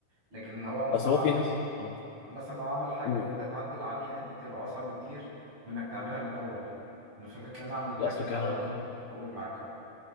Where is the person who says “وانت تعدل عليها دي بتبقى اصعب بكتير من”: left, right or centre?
Right